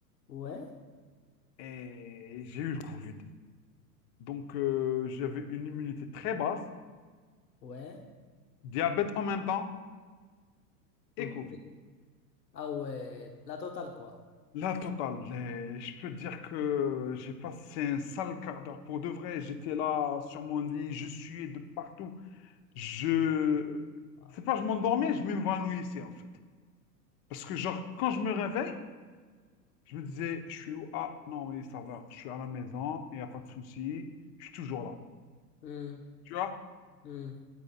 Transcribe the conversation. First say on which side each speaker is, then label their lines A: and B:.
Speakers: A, on the left; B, on the left.
A: ouais,
B: Et j'ai eu le Covid. Donc, euh, j'avais une immunité très basse,
A: ouais.
B: diabète en même temps
A: Ok.
B: et Covid.
A: Ah ouais, la totale, quoi.
B: La totale. Et je peux dire que j'ai passé un sale quart d'heure pour de vrai. J'étais là sur mon lit, je suais de partout. Je...
A: Ah.
B: C'est pas je m'endormais, je m'évanouissais en fait. Parce que genre, quand je me réveille, Je me disais, je suis où? Ah, non, oui, ça va. Je suis à la maison, il n'y a pas de souci. Je suis toujours là.
A: Hmm,
B: Tu vois?
A: hmm,